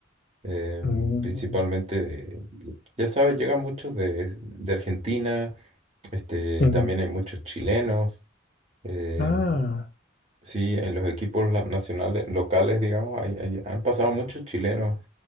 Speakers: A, on the right; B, on the left.
A: em,
B: mm.
A: principalmente, de- ya sabes, llegan muchos de, de Argentina, este,
B: Mm.
A: también hay muchos chilenos. em,
B: Ah,
A: Sí, en los equipos la- nacionales, locales, digamos, hay- hay- han pasado muchos chilenos